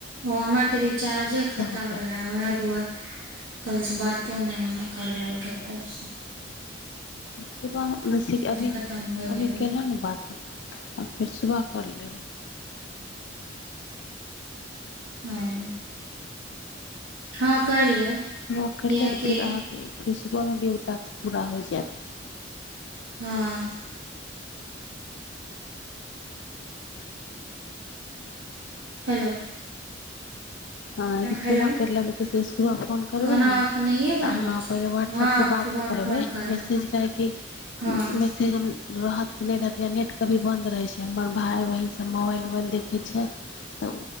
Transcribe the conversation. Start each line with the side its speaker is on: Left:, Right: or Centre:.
Right: ओ हमर तऽ रिचार्जे खतम
Left: हो गया
Right: रहे ओएह दुआरे कल स बातो नहि हमे करलों <unintelligible>
Left: सुबह बेस अभी
Right: खतम होइ
Left: अभी
Right: गेल
Left: कलहु ने बात आ फेर सुबह कर देब
Right: हँ हँ कैर लेब
Left: सुबह कैर
Right: कियकि
Left: लेब फेर अहाँ के फेर सुबहमे ओ टास्क पूरा होय जाय जाएत
Right: हँ हेलो
Left: हँ एगो
Right: हेलो
Left: सुबह करि लेबै जिसे सुबह फोन करबै
Right: खाना
Left: ने
Right: अपनहिए बनबै
Left: तऽ अहाँ
Right: छी
Left: पहिले वाट्सऐपसँ
Right: हँ
Left: बात
Right: सुबह मे
Left: कऽ लेबै
Right: फोन करब
Left: मैसेज काहेकि
Right: हँ
Left: मैसेज रहत कि नहि रहत या नेट कभी बन्द रहै छै हमर भाय बहिन सब मोबाइल उबाइल देखै छै तऽ